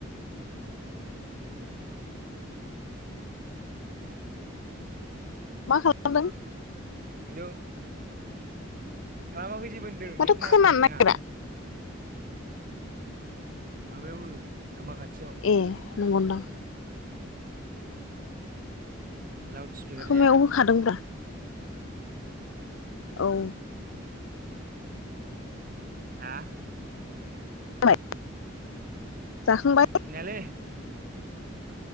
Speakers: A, on the left (about 80°); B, on the right (about 45°).
A: मा खालामदों?
B: हेल' खालामाखै जेबो होनदों
A: माथो
B: नेट नांङाखै
A: खोनानो
B: नोंना
A: नागिरा
B: माबायाव हो खोमा खाथियाव
A: ए नंगौदां
B: लाउड स्पिकार
A: खोमायाव
B: जायाना
A: होखादोंब्रा। औ
B: हा?
A: जाबाय जाखांबाय
B: खोनायालै